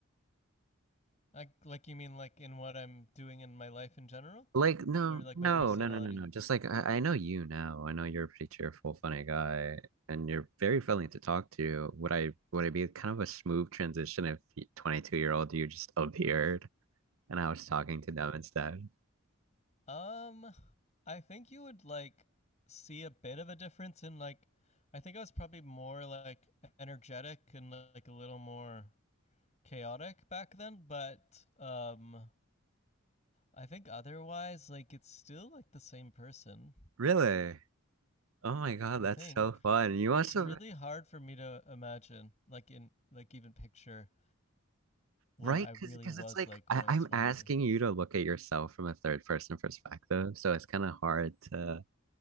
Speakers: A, on the left (about 30°); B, on the right (about 75°).
A: like, like you mean like in what I'm doing in my life in general,
B: Like no,
A: or like
B: no,
A: my personality?
B: no, no, no, no. Just like I, I know you now. I know you're a pretty cheerful, funny guy, and you're very friendly to talk to. Would I would it be kind of a smooth transition if 22 year old you just <laughs> appeared and I was talking to them instead?
A: Um, I think you would like see a bit of a difference in like. I think I was probably more like energetic and like a little more chaotic back then, but um, I think otherwise, like it's still like the same person.
B: Really? Oh my God,
A: I
B: that's
A: think
B: so fun. You
A: it's
B: must
A: really
B: have,
A: hard for me to imagine, like in like even picture what
B: right?
A: I really
B: Because because
A: was
B: it's like
A: like when
B: I,
A: I was
B: I'm
A: 22.
B: asking you to look at yourself from a third person perspective, so it's kind of hard to